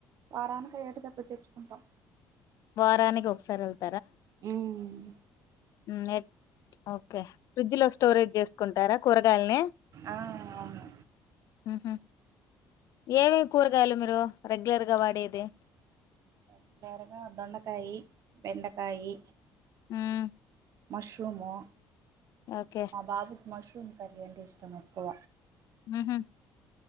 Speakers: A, on the right; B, on the left.
A: వారానికి అయ్యేట్టుగా, అట్లా తెచ్చుకుంటాం.
B: వారానికి ఒకసారి ఎల్త్.
A: ఉమ్మ్.
B: ఉమ్ ఎక్ ఓకే ఫ్రిడ్జ్ లో స్టోరేజ్ చేసుకుంటారా, కూరగాయల్ని.
A: ఆ అవును
B: హుహు ఏమేం కూరగాయలు మీరు, రెగ్యులర్గా వాడేది.
A: రెగ్లర్ గా దొండకాయి. బెండకాయి.
B: ఉమ్మ్.
A: మష్రూము.
B: ఓకే
A: మా బాబు. మష్రూమ్ కర్రీ అంటే ఇష్టం ఎక్కువ.
B: ఉహుమ్.